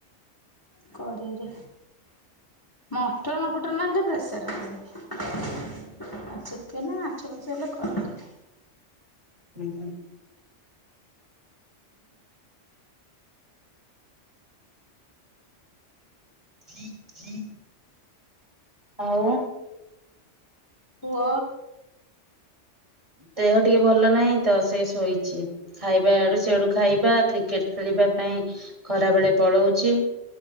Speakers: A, on the left (about 20°); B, on the right (about 25°).
A: କଡ଼େଇରେ ମଟନ୍ ଫଟନ୍ ହେଲେ ପ୍ରେସର୍ ରେ କରେ ଆଉ ଚିକେନ୍ ମାଛ ଫାଛ ହେଲେ କଡ଼େଇରେ।
B: ଉଁ, ହୁଁ, ଉଁ ଉଁ। ଆଉ
A: ପୁଅ
B: ଦେହ ଟିକେ ଭଲ ନାହିଁ ତ ସେ ଶୋଇଚି, ଖାଇବା ଆଡୁ ସିଆଡୁ ଖାଇବା କ୍ରିକେଟ୍ ଖେଳିବା ପାଇଁ ଖରା ବେଳେ ପଳଉଛି